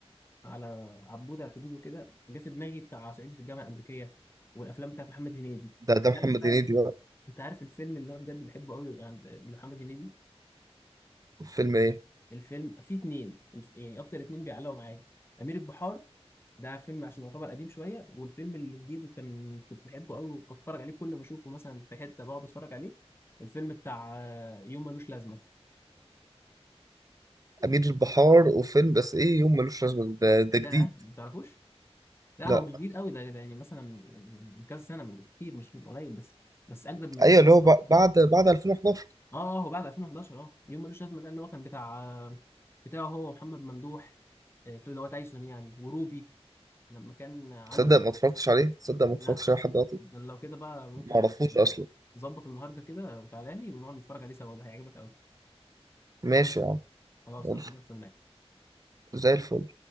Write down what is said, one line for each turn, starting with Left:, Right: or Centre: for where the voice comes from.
Left: على عبود على الحدود وكده جه في دماغي بتاع صعيدي في الجامعه الامريكيه والافلام بتاعت محمد هنيدي
Right: ده ده محمد
Left: عارف بقى
Right: هنيدي بقى
Left: انت عارف الفيلم اللي انا بجد بحبه قوي عند محمد هنيدي
Right: فيلم ايه
Left: الفيلم فيه اتنين الف... يعني اكتر اتنين بيعلقوا معايا امير البحار ده فيلم عشان يعتبر قديم شويه والفيلم الجديد وكان كنت بحبه قوي وبتفرج عليه كل ما اشوفه مثلا في حته بقعد اتفرج عليه الفيلم بتاع آه، يوم ملوش لازمه
Right: امير البحار وفيلم بس ايه يوم ملوش لازمة ده, ده جديد
Left: يا ما تعرفوش لا
Right: لا
Left: هو مش جديد قوي ده ده يعني مثلا من من- من كذا سنه من كتير مش من قليل بس بس اجدد من
Right: ايوه
Left: امير
Right: اللي هو بع-
Left: خان
Right: بعد بعد 2011
Left: اه هو بعد 2011 اه يوم ملوش لازمه ده اللي هو كان بتاع بتاعه هو ومحمد ممدوح آه، اللي هو تايسون يعني وروبي لما كان عنده
Right: تصدق ما اتفرجتش عليه تصدق ما
Left: لا
Right: اتفرجتش عليه لحد دلوقتي
Left: ده لو كده بقى ممكن
Right: ما اعرفوش اصلا
Left: نظبط النهارده كده وتعالى لي ونقعد نتفرج عليه سوا ده هيعجبك قوي
Right: ماشي يا عم
Left: خلاص
Right: يلا
Left: لو كده استناك
Right: زي الفل